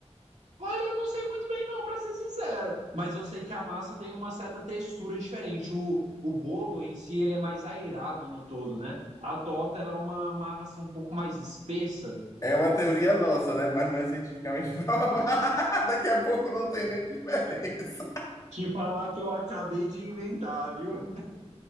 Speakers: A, on the right; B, on the left.
A: Olha, eu não sei muito bem não, pra ser sincero. Mas eu sei que a massa tem uma certa textura diferente. O, o bolo em si, ele é mais airado no todo, né? A torta, ela é uma massa um pouco mais espessa.
B: É uma teoria nossa, né? Mas não é cientificamente <laughs> provada. Daqui a pouco não tem nem diferença.
A: Que falar que eu acabei de inventar, viu?